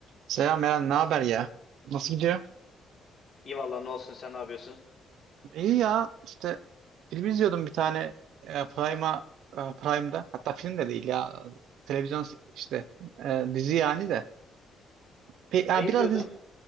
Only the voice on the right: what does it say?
Selam Eren, ne haber ya? Nasıl gidiyor?
İyi ya, işte film izliyordum bir tane e, Prime'a, e, Prime'da. Hatta film de değil ya, televizyon işte e, dizi yani de. Pe- ya
biraz iz-